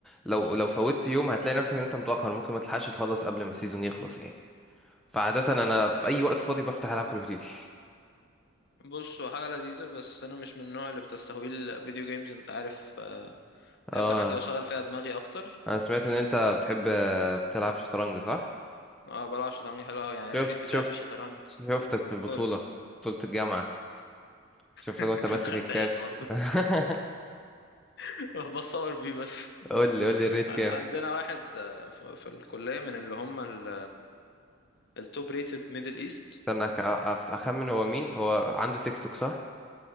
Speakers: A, in the centre; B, on the left.
A: لو لو فوتت يوم هتلاقي نفسك ان انت متاخر ممكن ما تلحقش تخلص قبل ما السيزون يخلص يعني فعاده انا في اي وقت فاضي بفتح العب كول اوف ديوتي
B: بص هو حاجة لذيذة بس انا مش من النوع اللي بتستهوي الفيديو جيمز انت عارف آه، بحب
A: اه
B: الحاجات اللي بشغل فيها دماغي اكتر
A: انا سمعت ان انت بتحب بتلعب شطرنج صح
B: اه بلعب شطرنج حلو قوي يعني
A: شفت
B: الريت بتاعي
A: شفت
B: في الشطرنج
A: شفتك في البطوله
B: قول
A: بطوله الجامعه شفتك
B: <laughs>
A: وانت ماسك
B: خدتهاش
A: الكاس
B: برضه
A: <laughs>
B: <laughs> بصور بيه بس
A: قول
B: <laughs>
A: لي قول لي الريت
B: عن-
A: كام
B: عندنا واحد آه، في في الكلية من اللي هم ال- التوب ريتد ميدل ايست
A: استنى أخ- أف- اخمن هو مين هو عنده تيك توك صح